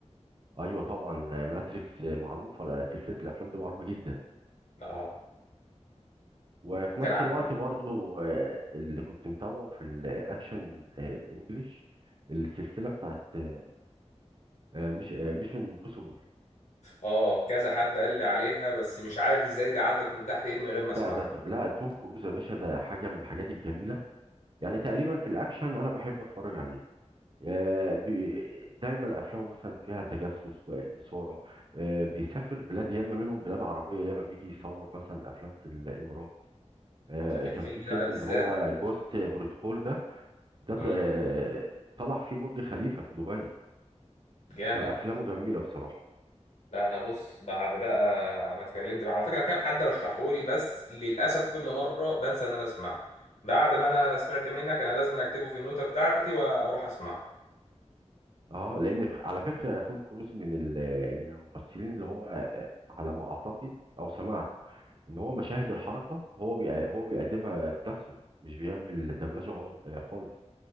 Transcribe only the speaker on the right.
أيوة طبعا آه، ماتريكس آه، معروفة لا، سلسلة الأفلام دي معروفة جدا
وفي نفس
الوقت برضو آه، اللي كنت متابعه في الأكشن آه، الإنجليش السلسلة بتاعت آه، مش ميشن امبوسيبل
ده
ده ت- لا توم كروز يا باشا ده حاجة من الحاجات الجميلة يعني تقريبا في الأكشن أنا بحب أتفرج عليه آه، بي- دايما افلامه مثلا فيها تجسس واثاره آه، بيسافر بلاد ياما منهم بلاد عربيه ياما بيجي يصور مثلا افلام في الامارات آه،
كان في فيلم
اللي هو جوست بروتوكول ده ده ت-
آه، طلع فيه برج خليفه في دبي
فافلامه جميله بصراحه
اه لان ف- على فكره توم كروز من ال- من الممثلين اللي هو آه، على ما اعتقد او سمعت ان هو مشاهد الحركه هو بي- هو بيقدمها بنفسه مش بيعمل دبلجه غال- آه، خالص